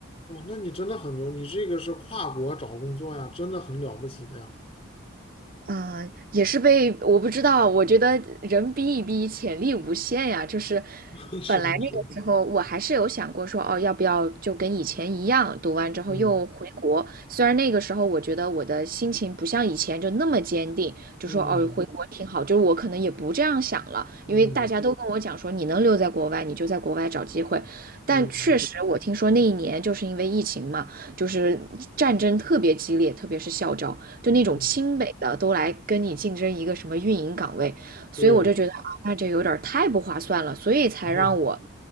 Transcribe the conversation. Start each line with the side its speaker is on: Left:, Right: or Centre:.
Left: 哦，那你真的很牛，你这个是跨国找工作呀，真的很了不起的呀。
Right: 嗯，呃也是被我不知道，我觉得人逼一逼，潜力无限呀。就是
Left: <laughs> 是的，
Right: 本来那个时候，
Left: 是的，
Right: 我还是有想过说，哦，要不要就跟以前一样，读完之后又回国。
Left: 嗯
Right: 虽然那个时候我觉得我的心情不像以前就那么坚定，就说哦，
Left: 嗯
Right: 回国挺好。就是我可能也不这样想了，
Left: 嗯
Right: 因为大家都跟我讲说，你能留在国外，你就在国外找机会。但确实，
Left: 嗯
Right: 我听说那一年就是因为疫情嘛，就是战争特别激烈，特别是校招。就那种清北的都来跟你竞争一个什么运营岗位，
Left: 嗯，
Right: 所以我就觉得啊，
Left: 对。
Right: 那就有点儿太不划算了，所以才让我
Left: 嘿，